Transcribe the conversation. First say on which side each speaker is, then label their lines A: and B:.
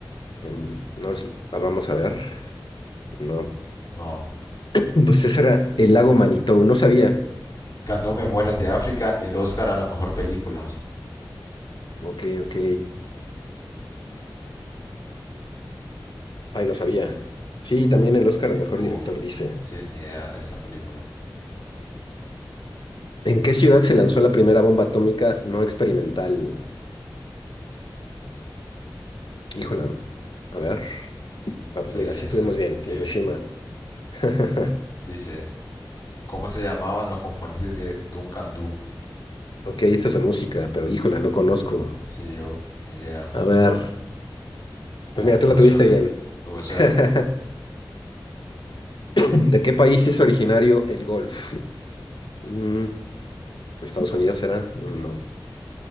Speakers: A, on the left; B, on the left.
A: em, no es- ah, vamos a ver. No.
B: No.
A: Pues ese era el lago Manitou. No sabía.
B: Ganó Memorias de África el Oscar a la mejor película.
A: Ok, ok. Ay, no sabía. Sí, también el Oscar al mejor
B: Uf,
A: director dice.
B: sí, ni idea de esa película.
A: ¿En qué ciudad se lanzó la primera bomba atómica no experimental? Híjole, a ver. Ah,
B: Sí,
A: pues mira,
B: sí,
A: sí estuvimos bien.
B: qué
A: Hiroshima.
B: bien.
A: <laughs>
B: Dice, ¿cómo se llamaban los componentes de Duncan Dhu?
A: Ok, esta es de música, pero híjole, no conozco.
B: Sí, yo, ni idea.
A: A ver. Pues
B: Uf,
A: mira,
B: tuve
A: tú la tuviste
B: suerte.
A: bien.
B: Tuve suerte.
A: <laughs> ¿De qué país es originario el golf? Mm, ¿Estados Unidos será? No.